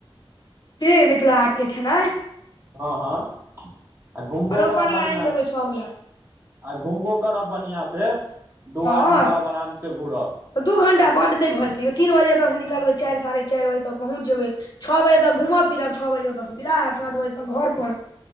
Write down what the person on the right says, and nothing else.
हां-हां आ घुमबो
करब
बढ़िया
से।
आय घुमबो करब बड़हिया से दू
आदमी रहब आराम से घुरब।